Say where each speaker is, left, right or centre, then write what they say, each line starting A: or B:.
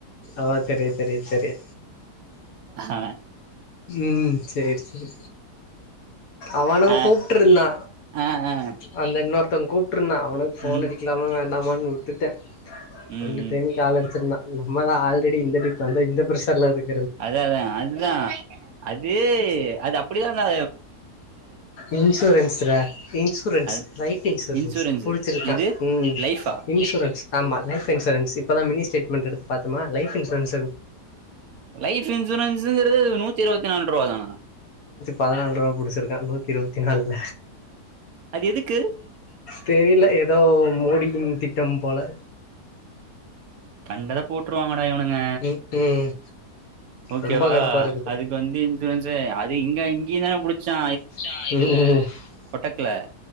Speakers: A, on the left; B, on the right.
A: ஓ தெரியி தெரியி தெரிய
B: ஹ
A: ம் சேர் சேரி அவனு
B: ஆ
A: கூப்ட்ருந்தா
B: ஆ ஆ
A: அந்த இன்னொருத்த கூப்ட்ருந்தா அவனுக் ஃபோன்
B: ம்
A: அடிக்லாமா வேண்டாமான் வுட்டுட்டே
B: ம்
A: ரெண்டு
B: ம்
A: டைம் கால் அடுச்சிருந்தா நம்மதா ஆல்ரெடி இந்த டிப்ப அந்த இந்த பிரஷர்ல இரு
B: அதா அதா அதுதா அது அது அப்புடிதான்டா
A: இன்சூரன்ஸுடா இன்சூரன்ஸ்
B: அது
A: லைஃப் இன்சூரன்ஸ்
B: இன்சூரன்ஸு
A: புடுச்சிருக்கா
B: எது
A: ம்
B: லைஃபா
A: இன்ஷுரன்ஸ் ஆமா லைஃப் இன்சூரன்ஸ் இப்போதா மினி ஸ்டேட்மெண்ட் எடுத்து பாத்தொமா லைஃப் இன்சூரன்ஸ
B: லைஃப் இன்சூரன்ஸுங்கிறது நூத்தி இருவத்தி நால் ருவாதானா
A: பதுனால் ருவா புடுச்சிருக்கா நூத்தி இருவத்தி நாலுல்ல
B: அது எதுக்கு
A: தெரில எதோ மோடியின் திட்டம் போல
B: கண்டதப் போட்ருவாங்கடா இவனுங்க
A: ம் ம்
B: ஓகேவா
A: ரொம்ப கடுப்பா இருக்குது
B: அதுக்கு வந்து இன்சூரன்ஸு அது இங்க இங்கயு தான புடுச்சா
A: <unintelligible>
B: கொட்டக்ல